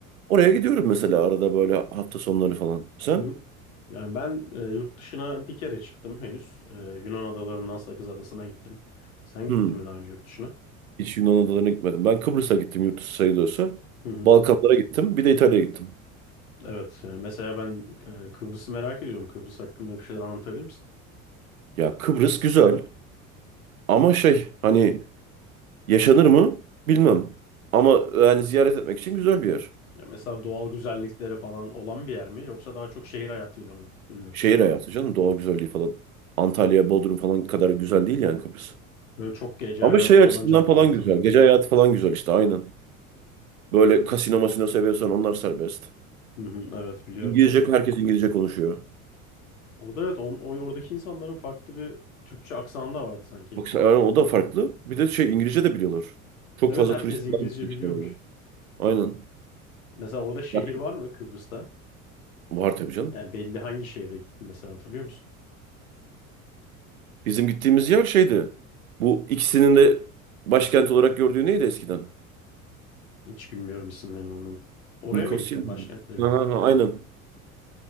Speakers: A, on the right; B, on the left.
A: Oraya gidiyorum mesela arada böyle hafta sonları falan. Sen?
B: Yurt- Yani ben e, yurt dışına bir kere çıktım henüz. E, Yunan adalarından Sakız Adası'na gittim. Sen gittin
A: Hmm.
B: mi daha önce yurt dışına?
A: Hiç Yunan adalarına gitmedim. Ben Kıbrıs'a gittim yurt dışı sayılıyorsa.
B: Hı hı.
A: Balkanlara gittim. Bir de İtalya'ya gittim.
B: Evet. yani mesela ben e, Kıbrıs'ı merak ediyorum. Kıbrıs hakkında bir şeyler anlatabilir misin?
A: Ya Kıbrıs güzel ama şey hani yaşanır mı bilmem. Ama yani ziyaret etmek için güzel bir yer.
B: Ya mesela doğal güzellikleri falan olan bir yer mi? Yoksa daha çok şehir hayatıyla mı ünlü?
A: Şehir hayatı canım. Doğa güzelliği falan. Antalya, Bodrum falan kadar güzel değil yani Kıbrıs.
B: Böyle çok gece
A: Ama
B: hayatı
A: şey açısından
B: falan canlı
A: falan
B: orada sanırım.
A: güzel. Gece hayatı falan güzel işte aynen. Böyle kasino masino seviyorsan onlar serbest.
B: Hı hı, evet biliyorum.
A: İngilizce
B: Çok
A: herkes İngilizce konuşuyor.
B: Orada evet on, o- oradaki insanların farklı bir Türkçe aksanı da vardı sanki.
A: Bak sen- yani o da farklı. Bir de şey İngilizce de biliyorlar. Çok
B: Evet
A: fazla
B: herkes
A: turist
B: İngilizce
A: falan gittiği için
B: biliyormuş.
A: herhalde. Aynen.
B: Mesela orada şehir
A: Yani
B: var mı Kıbrıs'ta?
A: var tabii canım.
B: Yani belli hangi şehre gittin mesela hatırlıyor musun?
A: Bizim gittiğimiz yer şeydi. Bu ikisinin de başkent olarak gördüğü neydi eskiden?
B: Hiç bilmiyorum isimlerini onun. Oraya
A: Nikosya
B: mı gittin
A: mıydı?
B: başkentlerine?
A: Aha, aha, aynen.